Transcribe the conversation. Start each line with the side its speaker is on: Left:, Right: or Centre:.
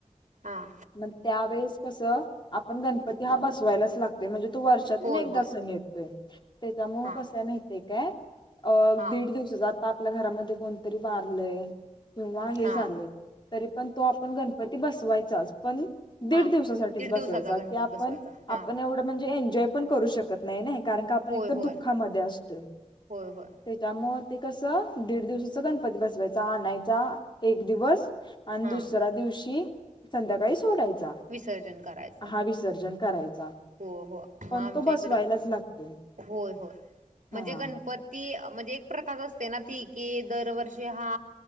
Right: हां
Left: मग त्यावेेळेस कसं आपण गणपती हा बसवायलाच लागतो. म्हणजे तो वर्षातून
Right: होय
Left: एकदा
Right: होय
Left: सण येतोय त्याच्यामुळे
Right: हा
Left: कसय माि्हितय काय. अ
Right: हा
Left: दीड दिवसाचा आत्ता आपल्या घरामध्ये कोणतरी वारलंय किंवा हे
Right: हा
Left: झालेय. तरी पण तो आपण गणपती बसवायचाच पण दीड
Right: हा
Left: दिवसासाठीच
Right: दीड
Left: बसवायचा
Right: दिवसाचा गणपती
Left: की आपण
Right: बसवायचा हा
Left: आपण एवढं म्हणजे एन्जॉय पण करू शकत नाही ना. कारण का आपण
Right: होय
Left: एक
Right: होय
Left: तर दुःखामध्ये असतोय.
Right: होय होय
Left: त्याच्यामुळे ते कसं दीड दिवसाचा गणपती बसवायचा आणायचा एक दिवस आणि
Right: हा
Left: दुसऱ्या दिवशी संध्याकाळी सोडायचा.
Right: विसर्जन करायचं
Left: हा विसर्जन करायचा.
Right: हो हो मग
Left: पण
Right: आमच्या
Left: तो बसवायलाच
Right: इकड
Left: लागतो.
Right: होय होय
Left: हा
Right: म्हणजे गणपत ती म्हणजे एक प्रथाच असते ना ती कि दरवर्षी हा